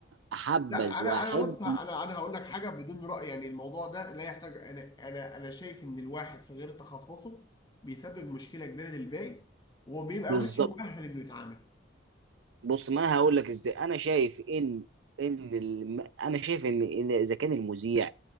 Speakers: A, on the right; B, on the left.
A: احبذ
B: لا انا
A: واحب
B: انا بص انا انا هقول لك حاجه بدون راي يعني الموضوع ده لا يحتاج انا انا انا شايف ان الواحد في غير تخصصه بيسبب مشكله كبيره للباقي وبيبقى
A: بالظبط
B: مش مؤهل انه يتعامل
A: بص ما انا هقول لك ازاي انا شايف ان ان الم... انا شايف ان إن اذا كان المذيع